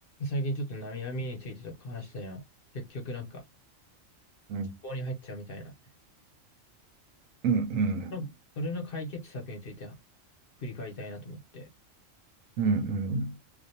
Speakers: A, on the left; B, on the right.
A: 最近ちょっと悩みについてとか話してたよ。結局なんか、
B: うん、
A: 思考に入っちゃうみたいな。
B: うん、う
A: うんそれの解決策について
B: ん、
A: 振り返りたいなと思って。
B: うん、